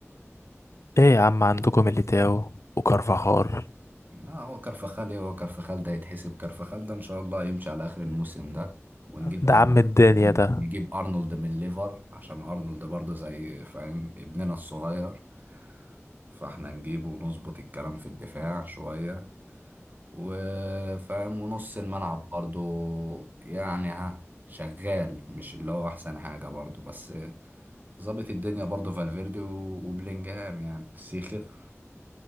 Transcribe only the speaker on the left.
ايه يا عم عندكم ميليتاو وكارفاخال
ده
عم الدنيا
ده